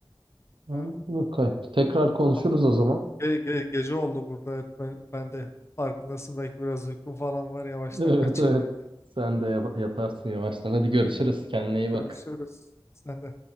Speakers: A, on the right; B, on the left.
A: Anladım.
B: Ha.
A: Okay. Tekrar konuşuruz
B: Ama
A: o zaman.
B: ge- ge- gece oldu burada. Evet, ben, ben de farkındasın. Belki biraz uykum falan var. Yavaştan
A: Evet
B: kaçayım
A: evet.
B: ben de.
A: Sen de yap- yatarsın yavaştan. Hadi görüşürüz. Kendine iyi bak.
B: Görüşürüz. Sen de.